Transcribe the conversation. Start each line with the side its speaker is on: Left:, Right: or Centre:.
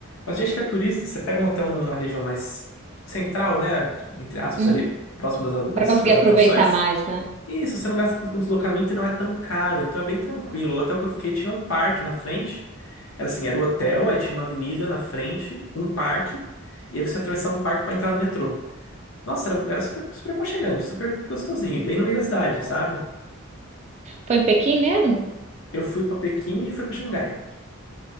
Left: Mas gente que é turista, você pega um hotel numa região mais central, né? Entre aspas,
Right: Hum.
Left: ali próximo das, das,
Right: Para conseguir
Left: das
Right: aproveitar
Left: atrações.
Right: mais, né?
Left: E isso, você não gasta tanto com deslocamento e não é tão caro, então é bem tranquilo. O hotel que eu fiquei tinha um parque na frente. Era assim, era o hotel, aí tinha uma avenida na frente, um parque, e aí você atravessava o parque para entrar no metrô. Nossa, era, era super, super aconchegante, super gostosinho, bem no meio da cidade, sabe?
Right: Foi em Pequim mesmo?
Left: Eu fui pra Pequim e fui pra Xangai.